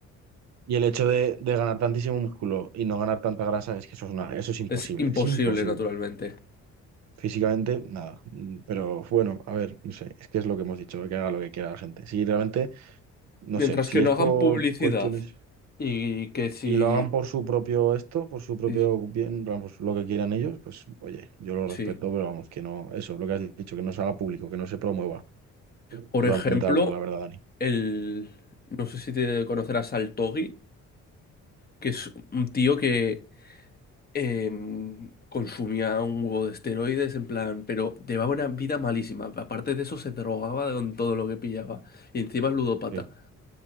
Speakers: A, on the right; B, on the left.
A: Y el hecho de, de ganar tantísimo músculo y no ganar tanta grasa es que eso es una, eso es imposible,
B: Es imposible,
A: es imposible.
B: naturalmente.
A: Físicamente, nada. Mm, Pero bueno, a ver, no sé, es que es lo que hemos dicho, que haga lo que quiera la gente. Si realmente, no
B: Mientras
A: sé, si
B: que no
A: es por
B: hagan publicidad
A: cuestiones
B: y que si...
A: y lo hagan por su propio esto, por su propio
B: Sí,
A: bien, vamos, lo que quieran ellos, pues oye, yo lo
B: sí.
A: respeto, pero vamos, que no, eso, lo que has dicho, que no se haga público, que no se promueva.
B: Por
A: Totalmente
B: ejemplo,
A: de acuerdo, la verdad, Dani.
B: el... No sé si te conocerás al Togi, que es un tío que em, consumía un huevo de esteroides, en plan, pero llevaba una vida malísima. Aparte de eso, se drogaba con todo lo que pillaba. Y encima es ludópata.
A: Sí.